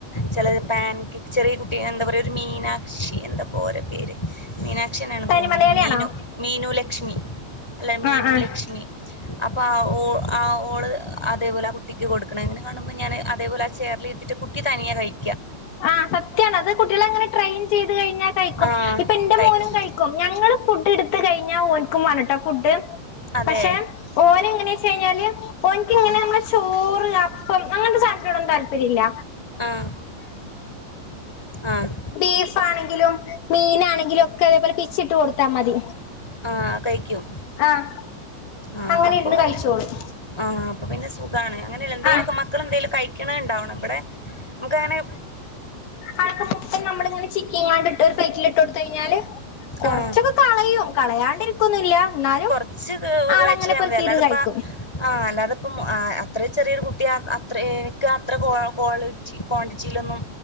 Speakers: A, in the centre; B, on the left (about 80°).
A: ചിലത് പാൻക് ചെറിയ കുട്ടി എന്താ പറയുക ഒരു മീന ക്ഷി എന്താപ്പോഓര പേര് മീനാക്ഷിന്നാണ്
B: തനി
A: തോന്നണു
B: മലയാളിയാണോ
A: മീനു മീനു ലക്ഷ്മി അല്ല മീനു
B: ആ ആ
A: ലക്ഷ്മി അപ്പൊ ഓ ആ ഓള് അതേപോലെ ആ കുട്ടിക്ക് കൊടുക്കണ അങ്ങനെ കാണുമ്പോൾ ഞാൻ അതേപോലെ ചെയറില് ഇരുത്തിട്ട് കുട്ടിതനിയെ കഴിക്കും
B: ആഹ് സത്യാണ് അത് കുട്ടികള അങ്ങനെ ട്രെയിൻ ചെയ്ത് കഴിഞ്ഞാൽ കഴിക്കും
A: ആഹ്
B: ഇപ്പന്റെ
A: കഴിക്കും
B: മോനും കഴിക് ക്കും ഞങ്ങള് ഫുഡ് എടുത്ത കഴിഞ്ഞാൽ ഓൻക്കും വേണട്ടാ ഫുഡ്
A: അതെ
B: പക്ഷെ ഓൻ എങ്ങനെ വെച്ച് കഴിഞ്ഞാല് ഓൻക്ക് ഇങ്ങനെ
A: ഉം
B: നമ്മള് ചോറ് അപ്പം അങ്ങനത്തെ സാധനത്തിനോടൊന്നും താല്പര്യം ഇല്ല
A: ആഹ് ആഹ്
B: ബീഫാണെങ്കിലും മീനാണെങ്കിലും ഒക്കെ അതേപോലെ പിച്ചിട്ട് കൊടുത്താ മതി
A: ആഹ് കഴിക്കും
B: ആഹ്
A: ആഹ്
B: അങ്ങനെ
A: അപ്പം
B: ഇരുന്ന്
A: വല്ല
B: കഴിച്ചോളും
A: ആഹ് അപ്പൊ പിന്നെ സുഖാണ് അങ്ങനെ എന്തേലുവൊക്ക
B: ആഹ്
A: മക്കൾ എന്തെലും കഴിക്കണ ഉണ്ടാവണം ഇവിടെ നമുക്ക് അങ്ങനെ
B: ആൾക്ക് മുട്ട നമ്മളിങ്ങനെ ചിക്കി ഇങ്ങാണ്ട് ഇട്ട് ഒരു പ്ലേറ്റിൽ ഇട്ട് കൊടുത്ത് കഴിഞ്ഞാല് കൊറച്ചൊക്കെ
A: ആഹ്
B: കളയും കളയാണ്ടിരിക്കൊന്നുല്ല എന്നാലും
A: ഇച്ച്
B: ആളങ്ങനെ
A: വയറ്റി <unintelligible>
B: പെറുക്കിയിരുന്ന്
A: അല്ലാതിപ്പ
B: കഴിക്കും
A: ആ അല്ലാതെപ്പം അത്ര ചെറിയൊരു കുട്ടി അത്ര എനിക്ക് അത്ര കാൾ ചീ ക്വാണ്ടിറ്റിയിലൊന്നും